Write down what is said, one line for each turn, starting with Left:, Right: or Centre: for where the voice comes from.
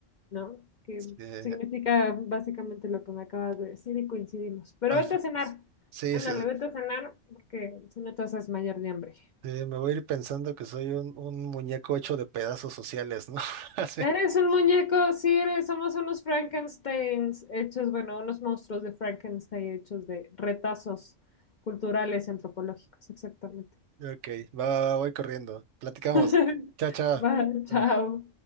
Left: ¿no? Que
Right: Eh,
Left: significa básicamente lo que me acabas de decir y coincidimos. Pero
Right: al-
Left: vete a cenar.
Right: sí,
Left: Ándale,
Right: sí,
Left: vete a cenar porque si no te vas a desmayar de hambre.
Right: eh, me voy a ir pensando que soy un, un muñeco hecho de pedazos sociales, ¿no? <laughs> Así.
Left: Eres un muñeco, sí, eres, somos unos Frankensteins hechos, bueno, unos monstruos de Frankenstein hechos de retazos culturales y antropológicos, exactamente.
Right: Ok, va, va, va, voy corriendo. Platicamos.
Left: <laughs>
Right: Chao, chao.
Left: Va,
Right: Bye.
Left: chao.